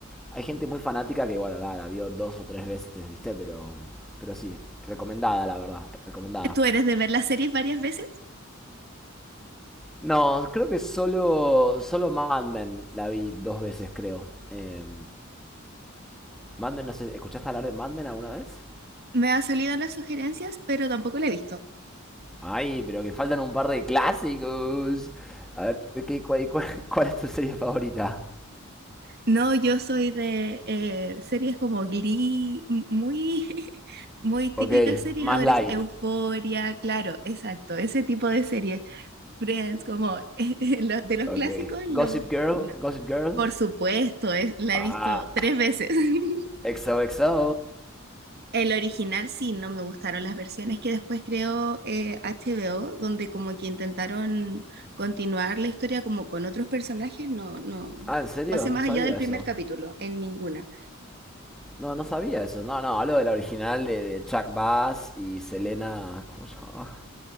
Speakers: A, in the centre; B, on the right.
A: Hay gente muy fanática que, bueno, la, la vio dos o tres veces, ¿viste? Pero, pero sí, recomendada, la verdad, recomendada.
B: Tú eres de ver las series varias veces,
A: No, creo que solo, solo Mad Men la vi dos veces, creo. Eh, Mad Men, no sé, ¿escuchaste hablar de Mad Men alguna vez?
B: me ha salido las sugerencias, pero tampoco la he visto.
A: Ay, pero que faltan un par de clásicos. A ver, ¿qué, cuál, cuál- cuál es tu serie favorita?
B: No, yo soy de eh, series como Glee, m- muy, <laughs> muy típicas
A: Ok,
B: series
A: más
B: adolescentes,
A: light.
B: Euforia, claro, exacto, ese tipo de series. Friends, como <laughs> los- de los
A: Ok.
B: clásicos, los...
A: Gossip Girl,
B: no,
A: Gossip Girl.
B: Por supuesto, es, la
A: Ah,
B: he visto tres veces. <laughs>
A: XOXO.
B: El original sí, no me gustaron las versiones que después creó eh, HBO, donde como que intentaron continuar la historia como con otros personajes, no, no
A: Ah, ¿en serio?
B: pasé
A: No
B: más
A: sabía
B: allá del primer
A: eso.
B: capítulo, en ninguna.
A: No, no sabía eso. No, no, hablo de la original de, de Chuck Bass y Selena. ¿Cómo se llama.